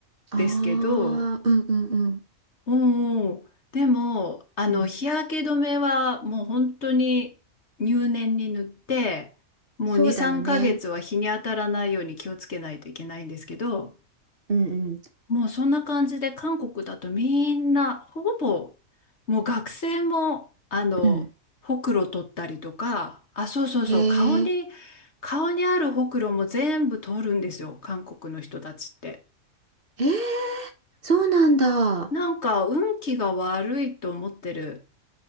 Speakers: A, on the right; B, on the left.
A: ああ、
B: ですけど、
A: うんうんうん。
B: うんうん。でも、あの、
A: うん。
B: 日焼け止めはもう本当に入念に塗って、もう2、
A: そうだよね。
B: 3ヶ月は日に当たらないように気をつけないといけないんですけど、
A: うんうん。
B: もうそんな感じで韓国だとみんなほぼもう学生もあのほくろ取ったりとかあそうそうそう顔に
A: うん。へえ。
B: 顔にあるほくろも全部取るんですよ韓国の人たちって。
A: えー、そうなんだ。
B: なんか運気が悪いと思ってる